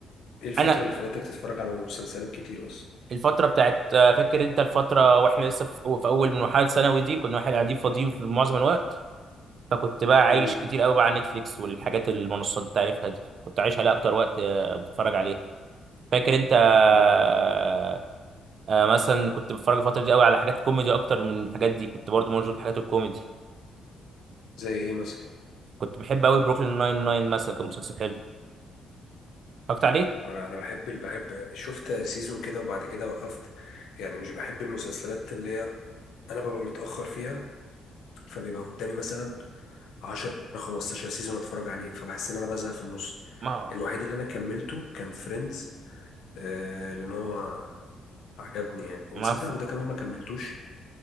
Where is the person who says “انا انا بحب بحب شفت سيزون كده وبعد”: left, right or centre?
Left